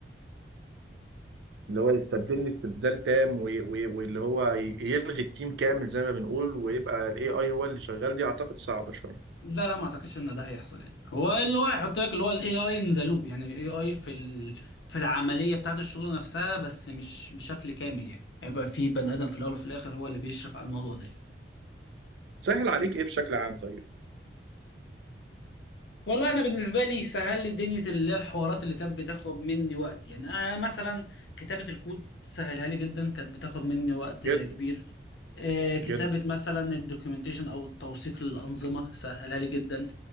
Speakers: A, on the right; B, on the left.
A: اللي هو يستبدلني استبدال تام وي... وي... واللي هو ي- يلغي التيم كامل زي ما بنقول ويبقى ال AI هو اللي شغال دي أعتقد صعبة شوية.
B: لا لا ما اعتقدش ان ده هيحصل يعني هو اللي هو هيحط لك اللي هو الاي اي ان ذا لوب يعني الاي اي في ال... في العمليه بتاعت الشغل نفسها بس مش بشكل كامل يعني هيبقى في بني ادم في الاول وفي الاخر هو اللي بيشرف على الموضوع ده
A: سهل عليك إيه بشكل عام طيب؟
B: والله انا بالنسبه لي سهل لي دنيا اللي هي الحوارات اللي كانت بتاخد مني وقت يعني انا مثلا كتابه الكود سهلها لي جدا كانت بتاخد مني وقت كبير
A: جدا
B: آه، كتابه
A: جدا
B: مثلا الدوكيومنتيشن او التوثيق للانظمه سهلها لي جدا